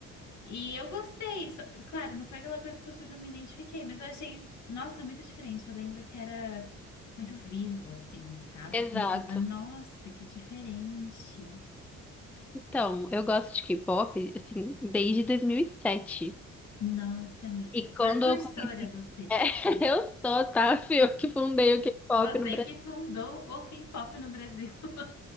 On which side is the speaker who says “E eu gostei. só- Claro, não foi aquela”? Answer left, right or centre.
Left